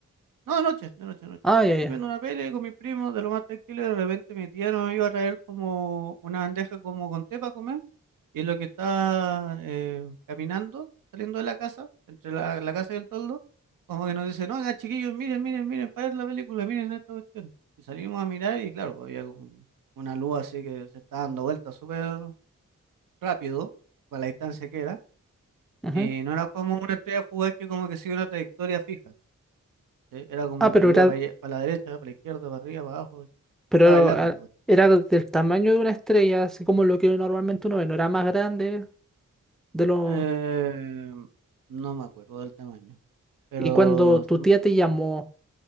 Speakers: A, on the right (about 80°); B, in the centre.
A: no, de noche, de noche, de noche.
B: Ah, ya,
A: Estamos
B: ya.
A: viendo una peli con mis primos, de lo más tranquilo, y de repente mi tía nos iba a traer como una bandeja como con té para comer, y es lo que está eh, caminando, saliendo de la casa, entre la, la casa y el toldo, como que nos dice, no, oigan, chiquillos, miren, miren, miren, para ver la película, miren esta cuestión. Y salimos a mirar y claro, pues, había como una luz así que se está dando vueltas súper rápido, para la distancia que era,
B: ujú.
A: y no era como una estrella fugaz que como que sigue una trayectoria fija. ¿sí? Era como
B: Ah, pero
A: que iba
B: era,
A: para la derecha, para la izquierda, para arriba, para abajo. ¿sí?
B: pero
A: Estaba bailando
B: ah,
A: la cuestión.
B: era del tamaño de una estrella, así como lo que normalmente uno ve, no era más grande de lo...
A: Eh, no me acuerdo del tamaño, pero
B: Y cuando tu
A: se
B: tía
A: me-
B: te llamó,